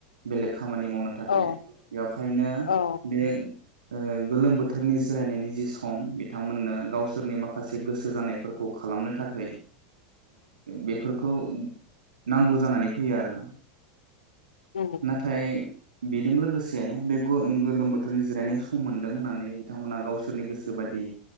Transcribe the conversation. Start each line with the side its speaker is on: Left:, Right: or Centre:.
Right: बेलेक खामानि मावनो थाखाय
Left: औ
Right: बेखायनो
Left: औ
Right: बे गोलोम बोथोरनि जिरायनायनि जि सम बिथांमोननो गावसोरनि माखासे गोसो जानायफोरखौ खौ खालामनो थाखाय बेफोरखौ नांगौ जानानै फैयो आरो
Left: उम
Right: नाथाय बेजों लोगोसे बे गोलोम बोथोरनि जिरायनाय सम मोनदों होननानै बिथांमोना गावसोरनि गोसो बायदि